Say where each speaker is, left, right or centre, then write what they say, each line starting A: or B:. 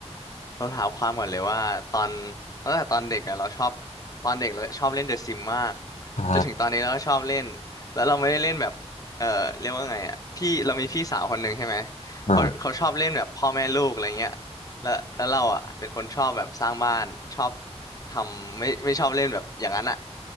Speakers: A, on the left (about 30°); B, on the left (about 85°).
A: ต้องถามความก่อนเลยว่าตอนตั้งแต่ตอนเด็กอ่ะเราชอบตอนเด็กเราชอบเล่นเดอะซิมมาก
B: อ่า
A: จนถึงตอนนี้เราก็ชอบเล่นแล้วเราไม่ได้เล่นแบบเออเรียกว่าไงอ่ะพี่เรามีพี่สาวคนหนึ่งใช่ไหม
B: อ่า
A: เขาเขาชอบเล่นแบบพ่อแม่ลูกอะไรเงี้ยแล้วแล้วเราอ่ะเป็นคนชอบแบบสร้างบ้านชอบทำไม่ไม่ชอบเล่นแบบอย่างนั้นอ่ะ